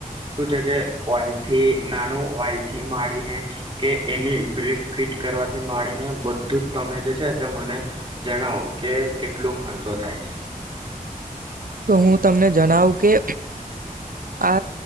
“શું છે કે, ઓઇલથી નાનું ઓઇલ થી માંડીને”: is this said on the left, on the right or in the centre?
Right